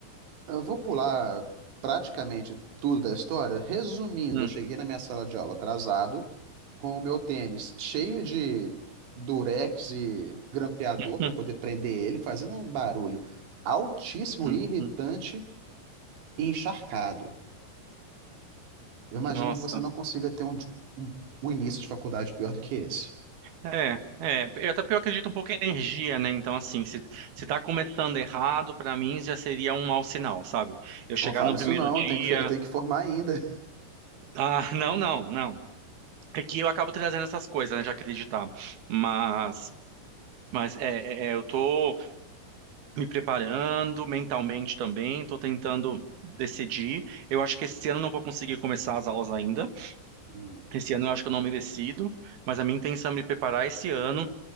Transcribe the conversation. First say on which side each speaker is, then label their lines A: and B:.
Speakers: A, on the right; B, on the right.
A: Eu vou pular praticamente tudo da história. Resumindo,
B: Hum,
A: eu cheguei na minha sala de aula atrasado, com o meu tênis cheio de durex e grampeador pra
B: hum,
A: poder prender ele, fazendo um barulho altíssimo,
B: hum,
A: irritante
B: hum,
A: e encharcado. Eu imagino
B: Nossa.
A: que você não consiga ter um, um um início de faculdade pior do que esse.
B: É, é, e até porque eu acredito um pouco em energia, né? Então, assim, se, se tá começando errado, para mim já seria um mau sinal, sabe? Eu chegar
A: Pô, falo
B: no
A: isso
B: primeiro
A: não,
B: dia.
A: eu tenho que, fe- eu tenho que formar ainda. <laughs>
B: Ah, não, não, não. É que eu acabo trazendo essas coisas, né, de acreditar. Mas, mas é, é, é, eu tô me preparando mentalmente também, tô tentando decidir. Eu acho que esse ano eu não vou conseguir começar as aulas ainda.
A: Hum,
B: Esse ano eu acho que eu não me decido, mas a minha intenção é me preparar esse ano,